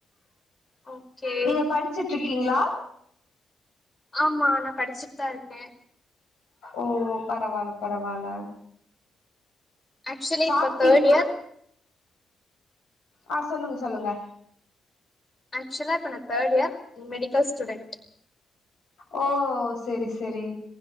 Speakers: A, on the left; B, on the left.
A: ஓகே
B: நீங்க படிச்சிட் இருக்கீங்ளா
A: ஆமா நா படிச்சிட் தா இருக்கே
B: ஓ பரவால பரவால
A: அக்சுவலி
B: சாப்ட்டீங்களா
A: இப்ப தர்ட் இயர்
B: ஆ சொல்லுங்க சொல்லுங்க
A: அக்சுவலா இப்போ நா தேர்ட் இயர் மெடிக்கல் ஸ்டூடெண்ட்
B: ஓ செரி செரி